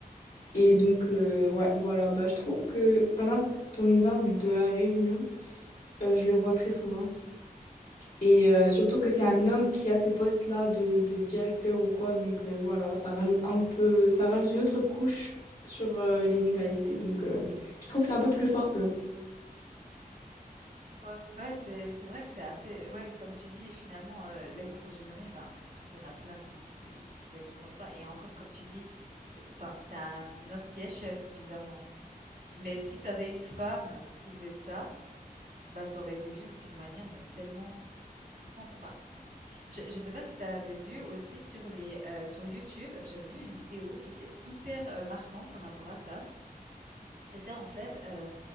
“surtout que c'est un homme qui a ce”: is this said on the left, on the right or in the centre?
Left